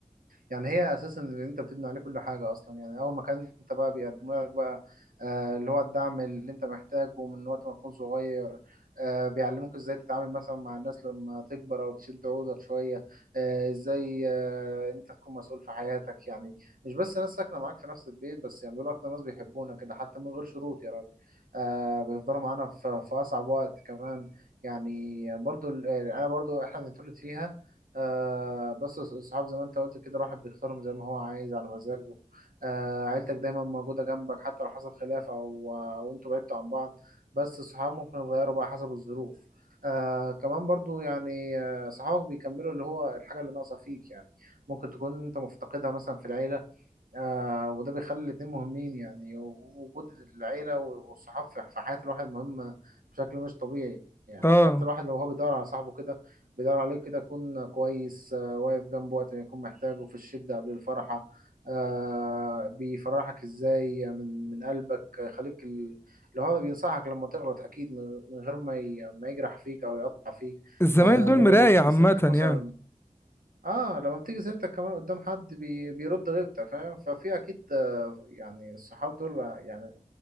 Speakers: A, on the right; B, on the left.
A: يعني هي اساسا اللي انت بتبني عليه كل حاجه اصلا يعني اول ما كان انت بقى بيقدموا لك بقى آه اللي هو الدعم اللي انت محتاجه من وقت ما تكون صغير آه بيعلموك ازاي تتعامل مثلا مع الناس لما تكبر او تشد عودك شويه آه ازاي آه انت تكون مسؤول في حياتك يعني مش بس ناس ساكنه معاك في نفس البيت بس يعني دول اكتر ناس بيحبونا كده حتى من غير شروط يا راجل آه بيفضلوا معانا في في اصعب وقت كمان يعني برضو ال- يعني انا برضو احنا بنتولد فيها آه بس الصحاب زي ما انت قلت كده الواحد بيختارهم زي ما هو عايز على مزاجه آه عيلتك دايما موجودة جنبك حتى لو حصل خلاف او او انتوا بعدتوا عن بعض بس الصحاب ممكن يتغيروا بقى حسب الظروف آه كمان برضو يعني آه صحابك بيكملوا اللي هو الحاجة اللي ناقصة فيك يعني ممكن تكون انت مفتقدها مثلا في العيلة آه وده بيخلي الاتنين مهمين يعني وجود العيلة والصحاب في في حياة الواحد مهم بشكل مش طبيعي يعني
B: اه
A: حتى الواحد لو هو بيدور على صاحبه كده بيدور عليه كده يكون كويس آه واقف جنبه وقت ما يكون محتاجه في الشدة قبل الفرحة آه بيفرحك ازاي من من قلبك يخليك ال- اللي هو بينصحك لما تغلط اكيد من من غير ما ي- ما يجرح فيك او يقطع فيك
B: الزمايل
A: آه
B: دول
A: لما
B: مراية
A: بتيجي
B: عامة
A: سيرتك مثلا
B: يعني
A: اه لما بتيجي سيرتك كمان قدام حد بي بيرد غيرتك فاهم ففي اكيد آه، يعني الصحاب دول يعني